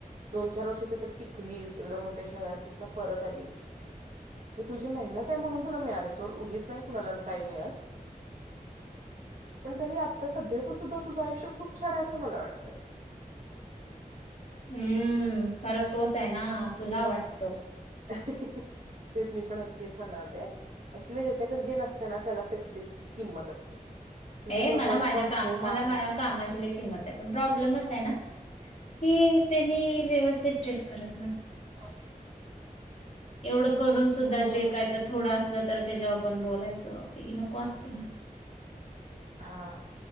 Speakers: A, on the right; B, on the left.
A: दोन चार वर्षी तिथे टिकलीस एवढ्या मोठ्या शहरात तिथन परत आलीस हे तुझी मेहनत आहे म्हणून तुला मिळाली सोड उगीच नाही कुणाला काय मिळत पण तरी आता सध्याच सुद्धा तुझं आयुष्य खूप छान अस <unintelligible> मला वाटत
B: हम्म.. फरक तोच आहे ना तुला वाटतं
A: <inaudible> तेच मी पण आता तेच म्हणार होते. ऍक्च्युअली ज्याच्याकडे जे नसतं ना त्यालाच त्याची ती किंमत असते तुझ्याकडे
B: हे मला
A: वर्क
B: माझ्या
A: फ्रॉम
B: काम
A: होम
B: मला
A: आहे
B: माझ्या कामाशी लय किंमत आहे पण प्रॉब्लेमच आहे ना की त्यांनी व्यवस्थित ट्रीट करत म्ह <unintelligible>
A: ह <unintelligible>
B: एवढं करून सुद्धा
A: मग
B: जे काय तर थोडं असल तर त्याच्यावर पण बोलायचं ते की नको असतय ना
A: हा